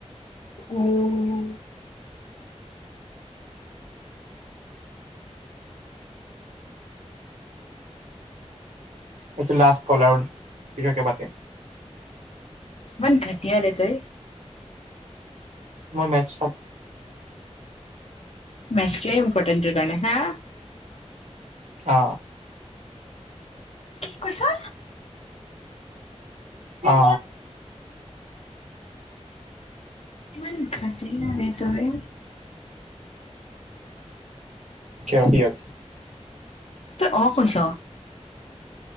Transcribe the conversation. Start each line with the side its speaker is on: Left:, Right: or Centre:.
Left: উম।
Right: এইটো লাষ্ট কল আৰু পিচতকে পাতিম।
Left: ইমান ঘাতিয়া নে তই
Right: মই মেচ চ
Left: মেছতোবে ইম্পৰ্টেণ্ট টোৰ কাৰণে হা
Right: অ
Left: কি কৈছা।
Right: অ
Left: ইমান ঘাতিয়া ৰে তই।
Right: কিয় কি হল?
Left: তই অ কৈছ।